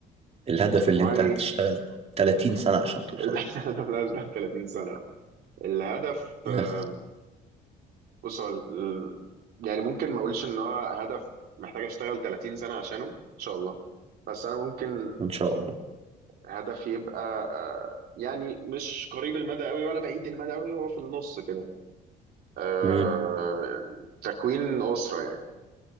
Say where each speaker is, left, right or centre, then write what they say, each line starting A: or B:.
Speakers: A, on the right; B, on the right.
A: الهدف
B: والله
A: اللي انت هتشتغل 30 سنة عشان توصل
B: ال- <laughs> لا مش ده 30 سنة الهدف
A: <laughs> لا
B: آم، بص هو ال- يعني ممكن ما اقولش ان هو هدف محتاج اشتغل 30 سنة عشانه ان شاء الله بس انا ممكن
A: ان شاء الله
B: هدف يبقى آه، يعني مش قريب المدى قوي ولا بعيد المدى قوي هو في النص كده آه،
A: امم
B: تكوين أسرة يعني.